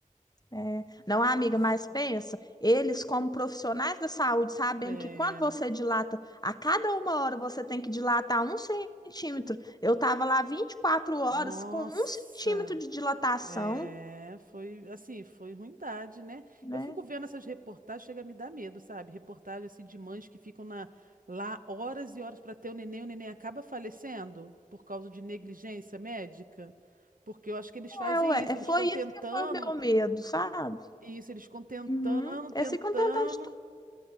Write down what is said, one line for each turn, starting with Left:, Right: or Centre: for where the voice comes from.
Left: É. Não, amiga,
Right: Nossa.
Left: mas pensa, eles como profissionais da saúde, sabendo
Right: É,
Left: que quando você dilata, a cada uma hora você tem que dilatar um centímetro. Eu estava lá vinte e quatro horas
Right: nossa.
Left: com um centímetro de dilatação,
Right: É, foi assim, foi ruindade, né?
Left: né?
Right: Eu fico vendo essas reportagens, chega a me dar medo, sabe? Reportagem assim de mães que ficam na- lá horas e horas para ter o neném, o neném acaba falecendo por causa de negligência médica. Porque eu acho que eles fazem
Left: É, ué,
Right: isso,
Left: é,
Right: eles
Left: foi
Right: ficam
Left: isso
Right: tentando,
Left: que foi o meu medo, sabe?
Right: isso, eles ficam tentando,
Left: Uhum. Eles
Right: tentando.
Left: ficam tentando de